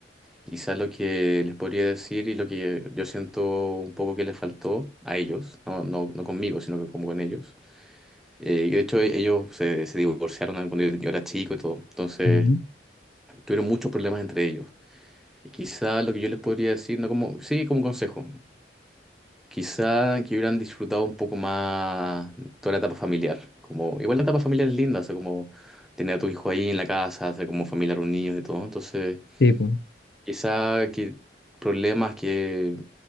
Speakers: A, in the centre; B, on the left.
A: Quizás lo que les podría decir y lo que yo siento un poco que les faltó a ellos, no, no, no conmigo, sino que como con ellos Eh, de hecho, e- ellos se, se divorciaron cuando yo, yo era chico y todo. Entonces,
B: Ujú.
A: tuvieron muchos problemas entre ellos. Y quizá lo que yo les podría decir, no como, sí, como consejo, quizá que hubieran disfrutado un poco más toda la etapa familiar. Como, igual la etapa familiar es linda, o sea, como tener a tu hijo ahí en la casa, hacer como familia reunidos y todo. Entonces,
B: Sí, po.
A: quizá que problemas que